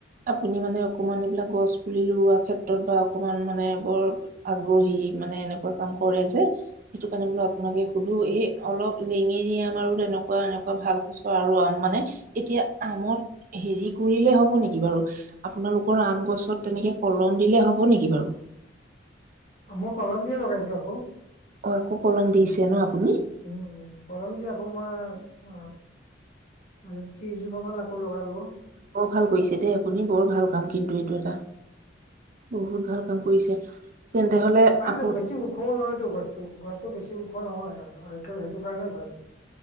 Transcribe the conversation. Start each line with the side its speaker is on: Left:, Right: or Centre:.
Right: আপুনি মানে অকমান এইবিলাক গছ পুলি লোৱা ক্ষেত্ৰত বা অকমাণ মানে বৰ আগ্ৰহী মানে এনেকুৱা কাম কৰে যে সেইটো কাৰণে বোলো আপোনালোকে সুধো স অলপ লেঙেৰি আম আৰু তেনেকুৱা এনেকুৱা ভাল সচৰ আৰু আম মানে, এতিয়া আমত হেৰি কৰিলে হ'ব নেকি বাৰু, আপোনালোকৰ আম গছত তেনেকে কলম দিলে হ'ব নেকি বাৰু?
Left: মই কলম দিয়ে লগাইছো আকৌ।
Right: অ' আকৌ কলম দিছে ন আপুনি?
Left: উম উম কলম দি আকৌ মই, অ' মানে ত্ৰিশ জোপা মান আকৌ লগালো।
Right: বৰ ভাল কৰিছে দেই আপুনি, বৰ ভাল কাম কিন্তু এইটো এটা। বহুত ভাল কাম কৰিছে। তেন্তে হলে
Left: মানে
Right: আপু
Left: বেছি উখও নহয়তো গছটো, গছটো বেছি চি ওখ নহয় আৰু, সেইকে সেইটো কাৰণে ভাল,